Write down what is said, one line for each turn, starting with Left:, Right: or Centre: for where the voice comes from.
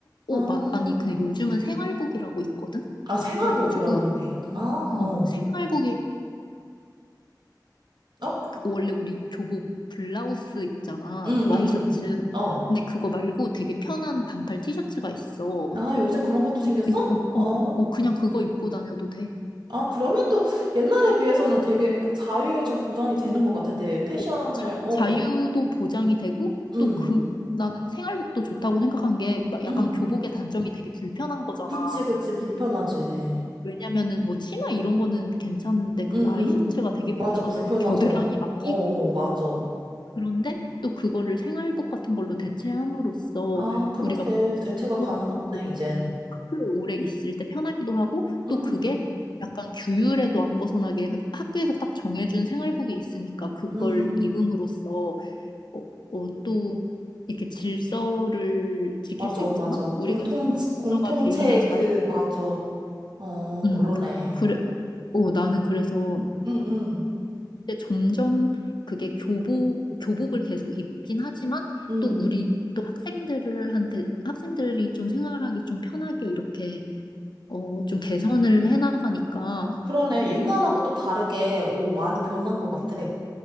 Left: 어,
Right: 아,
Left: 막, 아니, 그 요즘은 생활복이라고 있거든?
Right: 아, 생활복이라는
Left: 그래가지고,
Right: 게 있구나.
Left: 어,
Right: 어,
Left: 생활복
Right: 어,
Left: 원래 우리 교복 블라우스 있잖아.
Right: 응,
Left: 와이셔츠.
Right: 응, 응. 어.
Left: 근데 그거 말고 되게 편한 반팔 티셔츠가 있어.
Right: 아, 요새 그런 것도 생겼어?
Left: 그- 어,
Right: 어.
Left: 어, 어, 그냥 그거 입고 다녀도 돼.
Right: 아, 그러면 또 옛날에 비해서는
Left: 음.
Right: 되게 그 자유에 좀 보장이 되는 것 같아. 내 패션을,
Left: 어, 자,
Right: 어,
Left: 자유도 보장이 되고
Right: 응,
Left: 또 그, 나는 생활복도 좋다고 생각한 게 막
Right: 응.
Left: 약간 교복의 단점이 되게 불편한 거잖아.
Right: 그치, 그치, 불편하지.
Left: 어, 왜냐면은 뭐 치마 이런 거는 괜찮은데 그
Right: 응, 응.
Left: 와이셔츠가 되게
Right: 맞아,
Left: 불편하잖아.
Right: 불편하잖아.
Left: 겨드랑이
Right: 어,
Left: 막 끼고.
Right: 어, 맞아.
Left: 그런데 또 그거를 생활복 같은 걸로 대체함으로써
Right: 아, 그렇게
Left: 우리가
Right: 대체가
Left: 공부하고
Right: 가능하네, 이젠.
Left: 학교에 오래 있을 때 편하기도 하고 또
Right: 응,
Left: 그게 약간 규율에도 안 벗어나게 학교에서 딱 정해준 생활복이 있으니까 그걸
Right: 응,
Left: 입음으로써 어, 어, 또 이렇게 질서를 지킬
Right: 맞아,
Left: 수 있잖아?
Right: 맞아.
Left: 우리가
Right: 공통,
Left: 지금 질서가
Right: 공통체의
Left: 개인의 자유.
Right: 그, 맞아. 어,
Left: 음,
Right: 그러네.
Left: 그래. 어, 나는 그래서
Right: 응, 응,
Left: 이제 점점 그게 교복, 교복을 계속 입긴 하지만
Right: 응.
Left: 또 우리, 또 학생들한테, 학생들이 좀 생활하기 좀 편하게 이렇게, 어, 좀 개선을 해나가니까,
Right: 그러네. 옛날하고 또 다르게, 오, 많이 변한 것
Left: 어,
Right: 같아.